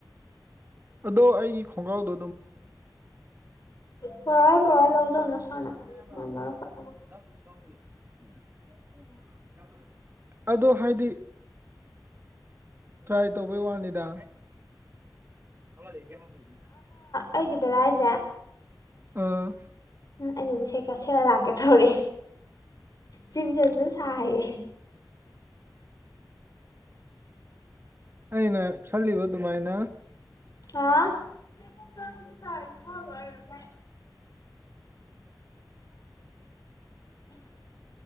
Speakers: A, on the right; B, on the left.
A: ꯑꯗꯣ ꯑꯩꯒꯤ ꯈꯣꯡꯒ꯭ꯔꯥꯎꯗꯨ
B: ꯄꯨꯏ ꯄꯨꯏ ꯂꯧꯖꯅ ꯅꯁꯥꯅ
A: <unintelligible>
B: ꯉꯝꯃꯔꯣꯏ
A: ꯑꯗꯣ ꯍꯥꯏꯗꯤ ꯇ꯭ꯔꯥꯏ ꯇꯧꯕꯩ ꯋꯥꯅꯤꯗ ꯑꯃ ꯂꯩ ꯑꯃ ꯂꯩꯗ
B: ꯑꯩꯒꯤꯗꯥꯔ ꯍꯥꯏꯁꯦ
A: ꯑꯥ
B: ꯎ ꯑꯩꯩꯅꯗꯤ ꯁꯦꯠꯀꯁꯤ ꯁꯦꯠꯂ ꯂꯛꯀꯦ ꯊꯧꯔꯤ ꯖꯤꯟ ꯁꯦꯠꯄꯗꯣ ꯁꯥ ꯌꯦ
A: ꯑꯩꯅ ꯆꯂꯤꯕ ꯑꯗꯨꯃꯥꯏꯅ
B: ꯍꯥ <inaudible>